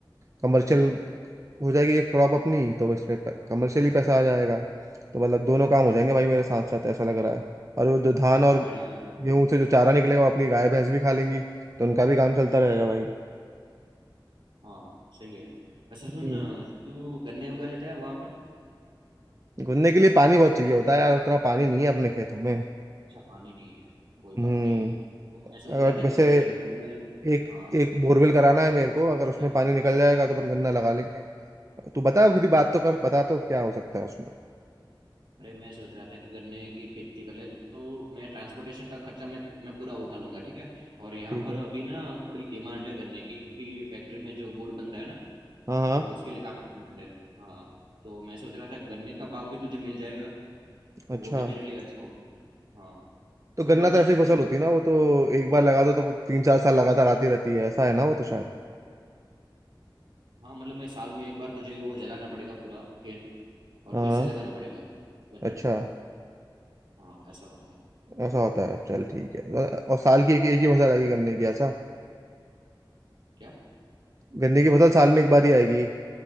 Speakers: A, on the right (about 40°); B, on the right (about 75°).
A: कमर्शियल हो जाएगी एक क्रॉप अपनी तो इसमें कमर्शियली पैसा आ जाएगा तो मतलब दोनों काम हो जाएंगे भाई मेरे साथ साथ ऐसा लग रहा है और वो जो धान और
B: बढ़िया है
A: गेहूं से जो चारा निकलेगा वो अपनी गाय भैंस भी खा लेंगी तो उनका भी काम चलता रहेगा भाई
B: हाँ सही है अच्छा सुन
A: हम्म
B: तू गन्ने उगा लेता है वहां पर
A: घूमने के लिए पानी बहुत चाहिए होता है यार उतना पानी नहीं है अपने खेतों में
B: अच्छा पानी नहीं है कोई
A: हम्म
B: बात नहीं और मैं सोच रहा
A: और
B: था
A: वैसे
B: कि अगर गन्ने उगा ले
A: एक
B: हाँ
A: एक बोरवेल कराना है मेरे को अगर उसमें
B: क्या
A: पानी निकल जाएगा तो अपन गन्ना लगा लेंगे तू बता फिर बात तो कर बता तो क्या हो सकता है उसमें
B: अरे मैं सोच रहा था कि गन्ने की खेती कर ले तो मैं ट्रांसपोर्टेशन का खर्चा मैं मैं पूरा उठा लूंगा ठीक है और यहाँ
A: ठीक
B: पर
A: है
B: अभी ना थोड़ी डिमांड है गन्ने की क्योंकि फैक्ट्री में जो गुड़ बनता है ना
A: हाँ हाँ
B: तो उसके लिए काफी डिमांड है हाँ तो मैं सोच रहा था गन्ने का भाव भी तुझे मिल जाएगा तो
A: अच्छा
B: वो भी तेरे लिए अच्छा होगा हाँ
A: तो
B: कोई
A: गन्ना
B: बात
A: तो
B: नहीं
A: ऐसी फसल
B: लेकिन
A: होती है ना वो तो एक बार लगा दो तो कुछ तीन चार साल लगातार आती रहती है ऐसा है ना वो तो शायद
B: हाँ मतलब मैं साल में एक बार तुझे वो जलाना पड़ेगा पूरा खेत और
A: हाँ
B: फिर से लगाना पड़ेगा गन्ना
A: अच्छा
B: हाँ ऐसा होता है
A: ऐसा होता है चल ठीक है और साल की एक एक ही फसल आएगी गन्ने की ऐसा
B: क्या
A: गन्ने की फसल साल में एक बार ही आएगी